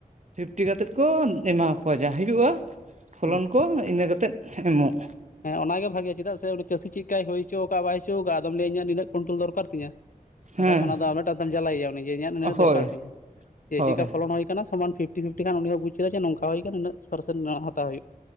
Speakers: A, on the right; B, on the left.
A: ᱯᱷᱤᱯᱴᱤ ᱠᱟᱛᱮᱫ ᱠᱚ ᱮᱢᱟᱠᱚᱣᱟ, ᱡᱟ ᱦᱩᱭᱩᱜᱼᱟ ᱯᱷᱚᱞᱚᱱ
B: ᱦᱩᱸ
A: ᱠᱚ ᱤᱱᱟᱹ ᱠᱟᱛᱮᱫ ᱮᱢᱚᱜ᱾
B: ᱦᱮᱸ ᱚᱱᱟᱜᱮ ᱵᱷᱟᱜᱮᱭᱟ, ᱪᱮᱫᱟᱜ ᱥᱮ ᱩᱱᱤ ᱪᱟᱹᱥᱤ ᱪᱮᱫ ᱞᱮᱠᱟᱭ ᱦᱩᱭ ᱪᱚ ᱚᱠᱟ ᱵᱟᱭ ᱦᱚᱭ ᱪᱚ ᱠᱟᱣᱟᱜᱼᱟ ᱟᱢ ᱞᱟᱹᱭᱟᱹ ᱱᱤᱱᱟᱹ ᱠᱚᱱᱴᱨᱞ ᱫᱚᱨᱟᱨ ᱛᱤᱧᱟᱹ,
A: ᱦᱮᱸ
B: ᱵᱟᱠᱷᱟᱡ ᱚᱱᱟ ᱫᱚ ᱢᱤᱫᱴᱟᱝ ᱛᱮᱢ ᱡᱟᱞᱟᱭᱮᱭᱟ ᱩᱱᱤ ᱡᱮ ᱤᱧᱟᱹᱜ ᱱᱩᱱᱟᱹᱜ
A: ᱦᱳᱭ
B: ᱫᱚᱨᱠᱟᱨ ᱛᱤᱧ ᱡᱮ
A: ᱦᱳᱭ
B: ᱪᱮᱫ ᱞᱮᱠᱟ ᱯᱷᱚᱞᱚᱱ ᱦᱩᱭ ᱟᱠᱟᱱᱟ ᱥᱚᱢᱟᱱ ᱯᱷᱤᱯ ᱴᱤ ᱯᱷᱤᱯᱴᱤ ᱠᱷᱟᱱ ᱩᱱᱤ ᱦᱚᱸ ᱵᱩᱡᱽ ᱠᱮᱫᱟ ᱱᱚᱝᱠᱟ ᱦᱩᱭ ᱟᱠᱟᱱᱟ ᱩᱱᱟᱜ ᱯᱟᱨᱥᱮᱱᱴ ᱦᱟᱛᱟᱣ ᱦᱩᱭᱩᱜᱼᱟ᱾